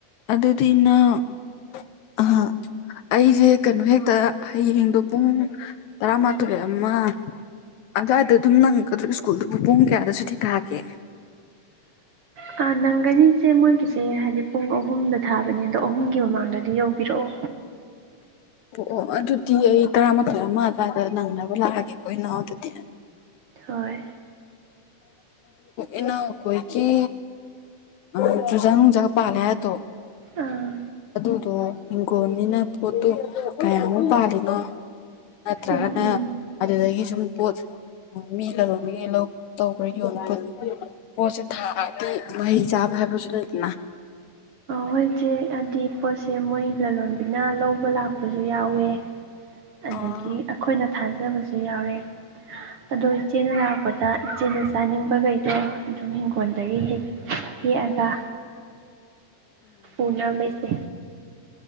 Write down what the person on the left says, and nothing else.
ꯑꯗꯨꯗꯤ ꯅꯥꯎ ꯑꯥ ꯑꯩꯁꯦ ꯀꯩꯅꯣ ꯍꯦꯛꯇ ꯍꯌꯦꯡꯗꯣ ꯄꯨꯡ ꯇꯔꯥꯃꯥꯊꯣꯏ ꯑꯃ ꯑꯗꯨꯋꯥꯏꯗ ꯑꯗꯨꯝ ꯅꯪꯒꯗ꯭ꯔꯣ ꯁ꯭ꯀꯨꯜꯗꯨꯕꯨ ꯄꯨꯡ ꯀꯌꯥꯗ ꯁꯨꯇꯤ ꯊꯥꯒꯦ
ꯑꯣ ꯑꯣ ꯑꯗꯨꯗꯤ ꯑꯩ ꯇꯔꯥꯃꯥꯊꯣꯏ ꯑꯃ ꯑꯗꯨꯋꯥꯏꯗ ꯅꯪꯅꯕ ꯂꯥꯛꯑꯒꯦꯀꯣ ꯏꯅꯥꯎ ꯑꯗꯨꯗꯤ
ꯏꯅꯥꯎꯈꯣꯏꯒꯤ ꯑ ꯆꯨꯖꯥꯛ ꯅꯨꯡꯖꯥꯛꯀ ꯄꯥꯜꯂꯦ ꯍꯥꯏꯔꯒ ꯇꯧ
ꯑꯗꯨꯗꯣ ꯍꯤꯡꯒꯣꯜꯅꯤꯅ ꯄꯣꯠꯇꯣ ꯀꯌꯥꯃꯨꯛ ꯄꯥꯜꯂꯤꯅꯣ ꯅꯠꯇ꯭ꯔꯒꯅ
ꯑꯗꯨꯗꯒꯤ ꯁꯨꯝ ꯄꯣꯠ <unintelligible> ꯂꯧ ꯇꯧꯕ꯭ꯔꯥ ꯌꯣꯟꯕ ꯄꯣꯠꯁꯦ ꯊꯥꯑꯗꯤ ꯃꯍꯩ ꯆꯥꯕ ꯍꯥꯏꯕꯖꯨ ꯂꯩꯗꯅ
ꯑꯣ